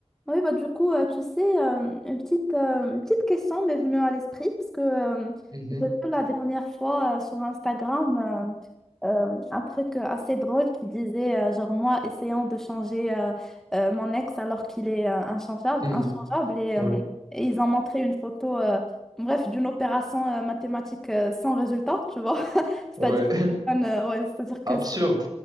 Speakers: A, in the centre; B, on the right (about 35°).
A: Oui, bah, du coup, euh, tu sais, euh, une petite, euh, une petite question m'est venue à l'esprit parce que euh,
B: Mhm,
A: j'ai vu la dernière fois euh, sur Instagram euh, euh, un truc assez drôle qui disait, euh, genre moi, essayant de changer euh, euh, mon ex alors qu'il est euh, inchangeable,
B: mhm,
A: inchangeable et, euh,
B: Ouais,
A: et ils ont montré une photo, euh, bref, d'une opération euh, mathématique euh, sans résultat, tu vois. <laughs> C'est-à-dire
B: ouais. <laughs>
A: que, euh, ouais, c'est-à-dire
B: Absurde.
A: que